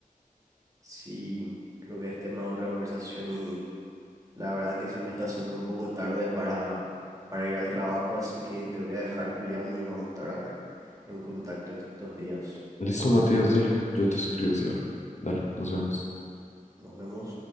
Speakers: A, on the right (about 25°); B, on the left (about 55°).
A: Sí, creo que es tema de otra conversación y La verdad que se me está haciendo un poco tarde para, para ir al trabajo, así que te voy a dejar, Julián, y vamos a estar en contacto estos días.
B: Listo, Matías, dale, yo te escribo si algo. Dale, nos vemos.
A: Nos vemos.